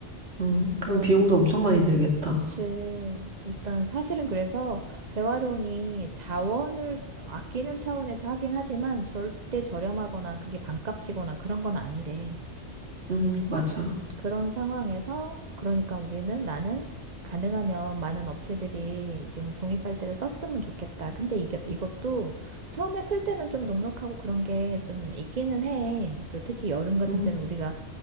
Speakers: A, on the right; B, on the right.
A: 음, 그럼
B: 그러니까
A: 비용도 엄청 많이 들겠다.
B: 그치. 일단 사실은 그래서 재활용이 자원을 아끼는 차원에서 하긴 하지만 절대 저렴하거나 그게 반값이거나 그런 건 아니래.
A: 음, 맞아.
B: 그런 상황에서 그러니까 우리는 나는 가능하면 많은 업체들이 좀 종이 빨대를 썼으면 좋겠다. 근데 이게 이것도 처음에 쓸 때는 좀 눅눅하고 그런 게 좀 있기는 해. 그 특히 여름 같은
A: 음,
B: 때는 우리가